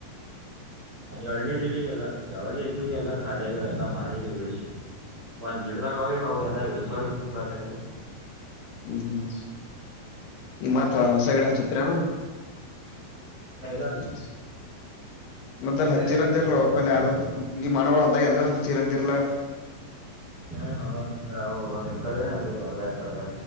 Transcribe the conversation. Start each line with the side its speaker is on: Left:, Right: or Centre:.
Right: ಹಳ್ನೀರ್ ಇಲ್ಲಿ ಎಲ್ಲಾ ಯಾವಾಗ ಇದದ್ದು ಎಲ್ಲಾ ಖಾಲಿ ಆಗ ಎಲ್ಲಾ ಮಾರ ಉಳಿಸಿ ಒಂದ್ ಗಿಡ್ದಾಗ ಅವಗ ಅವ ಎಲ್ಲಾ ಏಳ್ ಸಾವ್ರ ಬರ್ಲಗೆಲ್ಲ
Left: ಹ್ಮ್ ಹ್ಮ್ ಈ ಮಾತ್ ಚತ್ರರ ನ
Right: ಇಲ್ಲ
Left: ಹ್ಮ ಮೊದಲ್
Right: ಅವೇವ
Left: ಹಚ್ಚಿರಂದಿರ್ಲಲ್
Right: ಹಳಿವೆ ದುನಿಯಾದ
Left: ಯಾರ್ದು
Right: ಗಿಡಗಳು
Left: ನಿಮ್ ಮನಗಳು ಅದ್ದಾಗ ಎಲ್ಲ ಹಚ್ಚಿರಂದಿರ್ಲ <unintelligible>
Right: ಹ್ಮ್ ಹ ಸ ಅವು ಒಂದ್ ಎಕರೆ ಅದು ಅರ್ಧ ಎಕರ್ದ